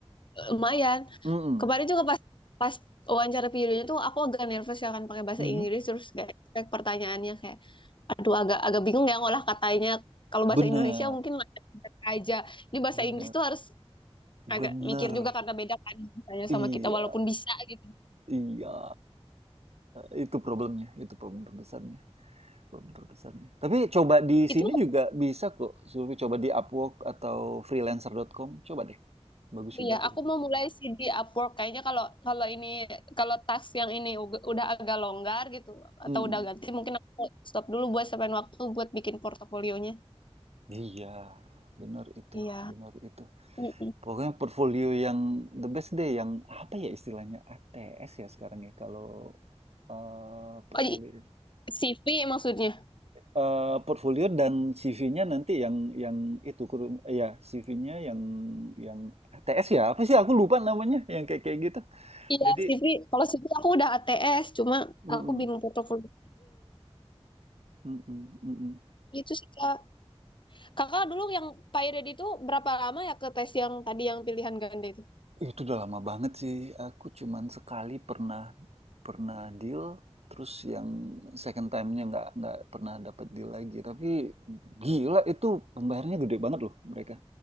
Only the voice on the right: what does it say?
Mm-mm.
Mhm.
bener
bener
bener
iya
iya itu problemnya itu problem terbesarnya Belum terbesarnya. Tapi coba di sini
juga bisa kok. Zulfi coba di Upwork atau freelancer. titik com. Coba deh. Bagus juga
kok.
itu.
Mm-mm.
Iya, benar itu,
benar itu.
Pokoknya portfolio yang the best deh, yang apa ya istilahnya ATS ya sekarang ya kalau eh, portfolio.
Eh, portfolio dan CV-nya nanti yang yang itu kurung eh, ya CV-nya yang yang ATS ya apa sih aku lupa namanya yang kayak kayak gitu.
Jadi,
mm-mm.
Mhm mhm.
Itu udah lama banget sih, aku cuman sekali pernah pernah deal, terus yang second time-nya nggak nggak pernah dapet deal lagi. Tapi gila itu pembayarannya gede banget loh mereka.